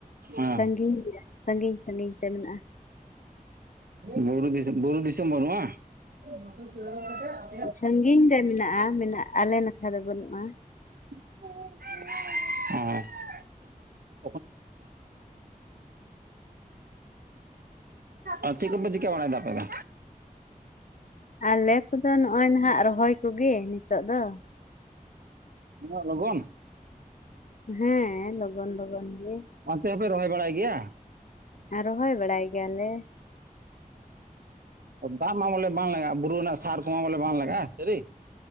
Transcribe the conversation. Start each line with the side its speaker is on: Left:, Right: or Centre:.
Right: ᱦᱮᱸ
Left: ᱥᱟᱺᱜᱤᱧ ᱜᱮ ᱥᱟᱺᱜᱤᱧ ᱥᱟᱺᱜᱤᱧ ᱛᱮ ᱢᱮᱱᱟᱜᱼᱟ
Right: ᱵᱩᱨᱩ ᱵᱩᱨᱩ ᱫᱤᱥᱟᱹᱢ ᱵᱟᱱᱩᱜ ᱟ <inaudible>
Left: ᱥᱟᱺᱜᱤᱧ ᱨᱮ ᱢᱮᱱᱟᱜᱼᱟ ᱢᱮᱱᱟᱜ ᱟᱞᱮ ᱱᱟᱠᱷᱟ ᱫᱚ ᱵᱟᱹᱱᱩᱜᱼᱟ
Right: <unintelligible> <unintelligible> <inaudible> ᱟᱨ ᱪᱮᱜ ᱠᱚᱯᱮ ᱪᱤᱠᱟᱹ, ᱵᱟᱲᱟ ᱭᱮᱫᱟ ᱟᱯᱮ ᱫᱚ?
Left: ᱟᱞᱮ ᱠᱚᱫᱚ ᱱᱚᱜᱼᱭ ᱱᱟᱟᱜ ᱨᱚᱦᱚᱭ ᱠᱚᱜᱮ ᱱᱤᱛᱚᱜ ᱫᱚ
Right: ᱩᱱᱟᱹᱜ ᱞᱚᱜᱚᱱ
Left: ᱦᱮᱸ ᱞᱚᱜᱚᱱ ᱞᱚᱜᱚᱱ ᱜᱮ
Right: ᱚᱱᱛᱮ ᱦᱚᱸᱯᱮ ᱨᱚᱦᱚᱭ ᱵᱟᱲᱟᱭ ᱜᱮᱭᱟ
Left: ᱟᱨ ᱨᱚᱦᱚᱭ ᱵᱟᱲᱟᱭ ᱜᱮᱭᱟᱞᱮ
Right: ᱫᱟᱜ ᱢᱟ ᱵᱚᱞᱮ ᱵᱟᱝ ᱞᱟᱜᱟᱜᱼᱟ ᱵᱩᱨᱩ ᱨᱮᱱᱟᱜ ᱥᱟᱨ ᱠᱚᱢᱟ ᱵᱚᱞᱮ ᱵᱟᱝ ᱞᱟᱜᱟᱜᱼᱟ ᱥᱟᱹᱨᱤ